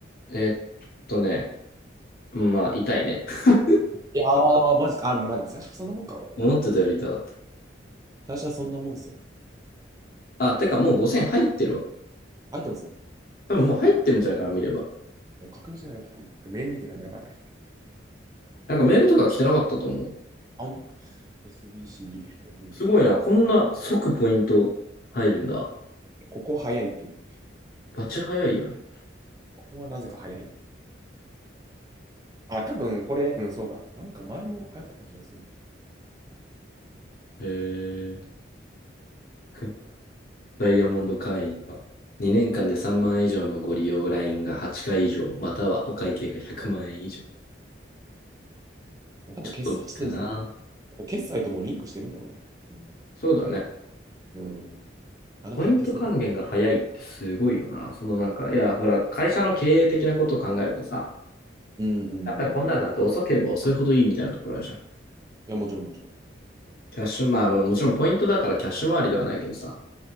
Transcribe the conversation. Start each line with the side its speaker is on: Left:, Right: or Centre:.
Left: えーっとね、うんまあ、痛いね。<laughs>
Right: やー、マジか。あ、まあでも最初そんなもんか。
Left: 思ってたより痛かった。
Right: 最初はそんなもんっすよね。
Left: あ、てかもう5000入ってるわ。
Right: 入ってますね
Left: 多分もう入ってるんじゃないかな、
Right: やば
Left: 見れば。
Right: い確認してないかな。メール見てない。やばい。あ、
Left: なんかメールとか来てなかったと思う。
Right: ほんと ?SBC ログイン。
Left: すごいな、こんな即ポイント入るんだ。
Right: ここ早いっていう。
Left: バチ早いやん。
Right: ここはなぜか早い。あ、多分これ、うん、そうだ。なんか前も早かった気がするな。
Left: へえ。<laughs> ダイヤモンド会員は、2年間で3万円以上のご利用ラインが8回以上、またはお会計が100万円以上。
Right: 多分決済地点、
Left: ちょっと無理かな。
Right: 決済ともうリンクしてるんだろう
Left: そうだね。
Right: な。うん。うん。あ、なんか入ってそう。
Left: ポイント還元が早いってすごいよな。そのなんか、いや、ほら、会社の経営的なことを考えるとさ、
Right: うんうんうん。
Left: やっぱりこんなんなんて遅ければ遅いほどいいみたいなところあるじゃん。
Right: いや、もちろんもちろん。
Left: キャッシュ、まあまあもちろんポイントだからキャッシュ回りではないけどさ。